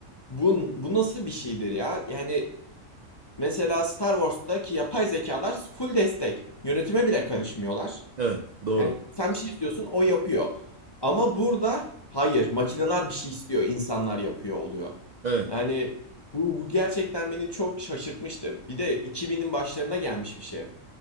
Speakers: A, on the left; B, on the right.
A: bu, bu nasıl bir şeydir ya? Yani Mesela Star Wars'taki yapay zekalar full destek. Yönetime bile karışmıyorlar.
B: evet, doğru.
A: Yani sen bir şey istiyorsun, o yapıyor. Ama burada hayır, makineler bir şey istiyor, insanlar yapıyor oluyor.
B: Evet.
A: Yani bu, bu gerçekten beni çok şaşırtmıştı. Bir de 2000'in başlarına gelmiş bir şey.